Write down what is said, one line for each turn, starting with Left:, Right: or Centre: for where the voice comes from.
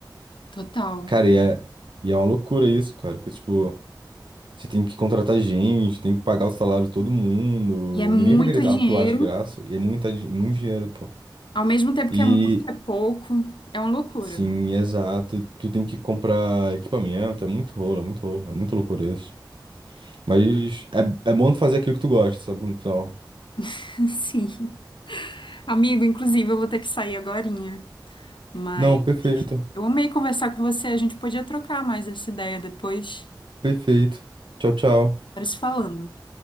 Left: total.
Right: Cara, e é, e é uma loucura isso, cara, porque, tipo, você tem que contratar gente, tem que pagar o salário de todo mundo,
Left: E é muito
Right: ninguém vai querer
Left: dinheiro,
Right: atuar de graça, e é muita, di- muito dinheiro, pô.
Left: ao mesmo tempo
Right: E,
Left: que é muito, é pouco. É uma loucura.
Right: Sim, exato. E Tu tem que comprar equipamento, é muito rolo, é muito rolo, é muito loucura isso. Mas é, é bom fazer aquilo que tu gosta, sabe? No final.
Left: <laughs> Sim. Amigo, inclusive, eu vou ter que sair agorinha. Mas
Right: Não, perfeito,
Left: eu amei conversar com você. A gente podia trocar mais essa ideia depois.
Right: perfeito. Tchau, tchau.
Left: Bora se falando.